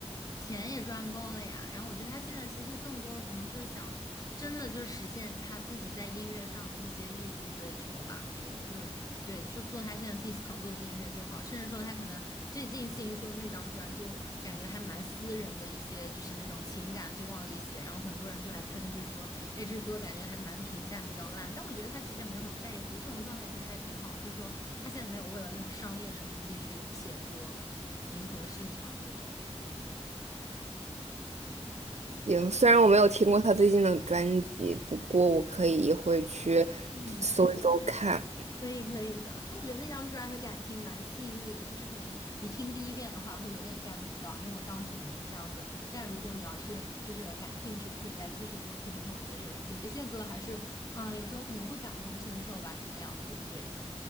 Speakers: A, on the left; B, on the right.
A: 钱也赚够了呀。然后我觉得他现在其实更多的可能就是想，真的就是实现他自己在音乐上的一些艺术追求吧。我觉得就是对，就做他现在自己想做的音乐就好。甚至说他可能最近新出的那张专，就感觉还蛮私人的一些，就是那种情感就往里写。然后很多人就还喷，就是说，哎，这歌感觉还蛮平淡，比较烂。但我觉得他其实也没有很在意。我觉得这种状态其实还挺好的，就是说他现在没有为了那种商业成绩去写歌。迎合市场这种。
B: 行，虽然我没有听过他最近的专辑，不过我可以一会儿去
A: 嗯，
B: 搜一搜看。
A: 可以可以的，就我觉得那张专辑的感情蛮细腻的，就是可能你听第一遍的话会有点 get 不到，因为我当时也是这样子。但如果你要是就是感兴趣，可以再继续多听一会儿。或者我觉得有有一些歌还是，嗯、呃有时候可能会感同身受吧，这个样子。对，